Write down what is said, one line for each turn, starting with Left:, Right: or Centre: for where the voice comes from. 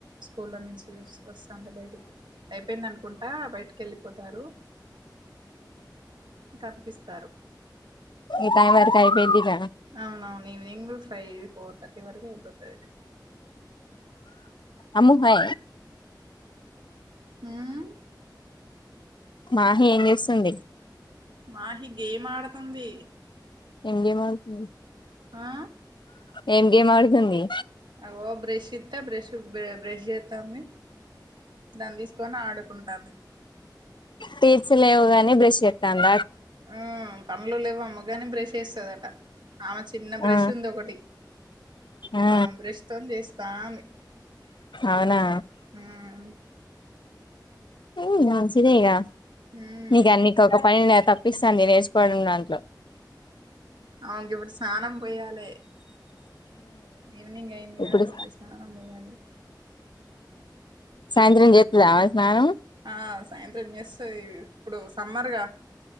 Right: స్కూళ్ళ నుంచి వస్తాంటే బయటికి అయిపోయింది అనుకుంటా బయటికి వెళ్ళిపోతారు. కనిపిస్తారు
Left: ఇ టైమ్ వరకు అయిపోద్దిగా
Right: అవునవును ఈవినింగ్ ఫైవ్ ఫోర్ థర్టీ వరకే అయిపోతది
Left: అమ్ము హా
Right: హ్మ్మ్
Left: మాహీ ఎం చేస్ స్తుంది
Right: మాహి గేమ్ ఆడుతుంది
Left: ఏం గేమ్ ఆడుతుంది
Right: ఆ
Left: ఏం గేమ్ ఆడుతుంది
Right: అగో బ్రెష్ ఇత్తే బ్రెష్ బ్రెష్ జెత్తంది దాన్ని తీసుకొని ఆడుకుంటాంది
Left: టీత్స్లేవు గని బ్రష్ చేతంద
Right: హమ్ పనులు లేవు అమ్మగాని బ్రష్ చేస్తదట ఆమె చిన్న బ్రష్
Left: ఆ
Right: ఉంది ఒకటి
Left: ఆ
Right: ఆమె బ్రష్ తోనీ చేస్తా అని
Left: అవునా
Right: హమ్
Left: చెయ్ నీ మంచిదే గ
Right: ఉమ్
Left: నీకు అన్నికి ఒక పని తప్పిస్తంది నేర్చుకోవడం అ
Right: ఆమెకు ఇప్పుడు స్నానం పోయాలే ఈవినింగ్ అయిందిగ
Left: ఇప్పుడు
Right: మళ్ళీ స్నానం పోయాలి
Left: సాయంత్రం జెత్తద అ స్నానం
Right: ఆస్ సాయంత్రం చేస్తది ఇప్పుడు సమ్మర్గ